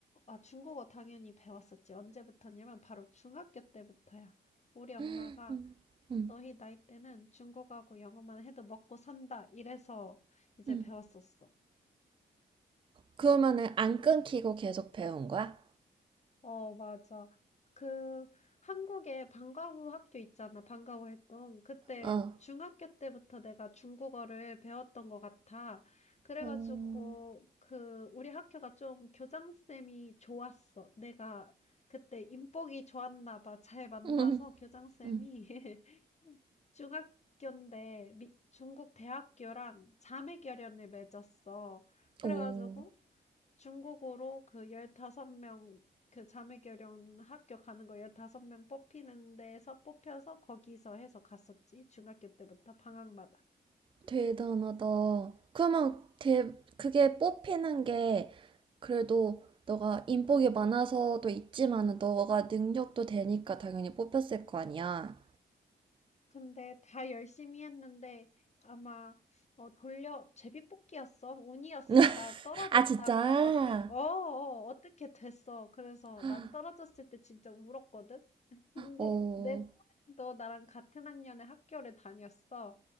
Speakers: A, on the left; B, on the right.
A: 아, 중국어 당연히 배웠었지. 언제부터냐면 바로 중학교 때부터야. 우리 엄마가
B: 음, 음,
A: 너희 나이 때는 중국하고 영어만 해도 먹고 산다. 이래서 이제
B: 음.
A: 배웠었어.
B: 그러면은 안 끊기고 계속 배운 거야?
A: 어, 맞아. 그 한국에 방과후 학교 있잖아. 방과후 했던 그때
B: 어,
A: 중학교 때부터 내가 중국어를 배웠던 것 같아. 그래가지고
B: 어,
A: 그 우리 학교가 좀 교장쌤이 좋았어. 내가 그때 인복이 좋았나 봐. 잘 만나서
B: 음,
A: 교장쌤이
B: 음.
A: <laughs> 중학교인데 미- 중국 대학교랑 자매결연을 맺었어. 그래가지고
B: 오.
A: 중국으로 그 15명 그 자매결연 학교 가는 거 15명 뽑히는 데서 뽑혀서 거기서 해서 갔었지. 중학교 때부터 방학마다.
B: 대단하다. 그러면 대, 그게 뽑히는 게 그래도 너가 인복이 많아서도 있지만은 너가 능력도 되니까 당연히 뽑혔을 거 아니야.
A: 근데 다 열심히 했는데 아마 어 돌려 제비뽑기였어. 운이었어.
B: <laughs>
A: 나 떨어졌다가
B: 아, 진짜?
A: 어떻게 어, 어 어, 어떻게 됐어. 그래서
B: <gasps>
A: 난 떨어졌을 때 진짜 울었거든. 근데
B: 어,
A: 내 동생도 나랑 같은 학년에 학교를 다녔어.